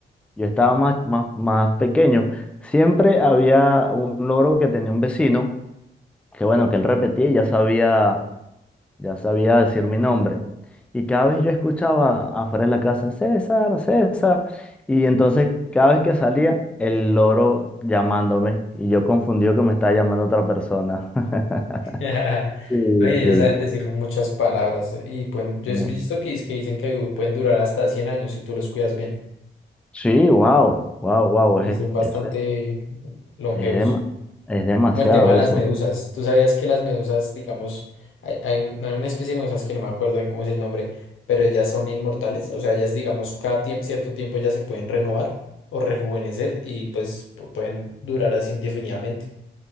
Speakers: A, in the centre; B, on the left.
A: yo estaba más, más, más pequeño, siempre había un loro que tenía un vecino, que bueno, que él repetía y ya sabía ya sabía decir mi nombre. Y cada vez yo escuchaba afuera de la casa, César, César. Y entonces cada vez que salía, el loro llamándome. Y yo confundido que me estaba llamando otra persona. <laughs>
B: <laughs>
A: Sí,
B: Oye, ellos
A: sí.
B: saben decir muchas palabras y pueden, yo
A: no.
B: he visto que, es que dicen que du- pueden durar hasta 100 años si tú los cuidas bien
A: Sí, wow, wow, wow.
B: y
A: Es,
B: son bastante
A: es,
B: longevos.
A: es, dema- es demasiado
B: Como el tema de las
A: eso.
B: medusas. ¿Tú sabías que las medusas, digamos, hay, hay un- hay una especie de medusas que no me acuerdo bien cómo es el nombre, pero ellas son inmortales? O sea, ellas, digamos, cada tiemp- cierto tiempo ya se pueden renovar o rejuvenecer y pues pu- pueden durar así indefinidamente.